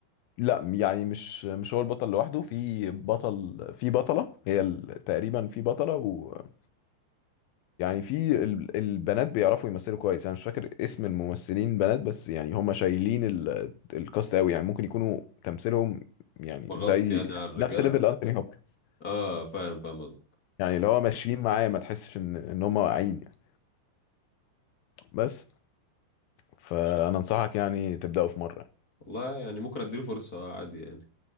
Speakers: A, on the left; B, on the left.
A: لا يعني مش مش هو البطل لوحده في بطل في بطلة هي ال- تقريبا في بطلة ويعني في ال- البنات بيعرفوا يمثلوا كويس انا مش فاكر اسم الممثلين بنات بس يعني هم شايلين ال- الكاست قوي يعني ممكن يكونوا تمثيلهم يعني
B: مغطي
A: زي
B: يعني
A: يعني
B: على الرجالة
A: نفس ليفل انتوني هوبكنز
B: اه فاهم فاهم قصدك
A: يعني اللي هو ماشيين معاه ما تحسش ان ان هم واقعين يعني. بس فانا
B: مش عارف.
A: انصحك يعني تبدأوا في مرة
B: والله يعني ممكن اديله فرصة آه، عادي يعني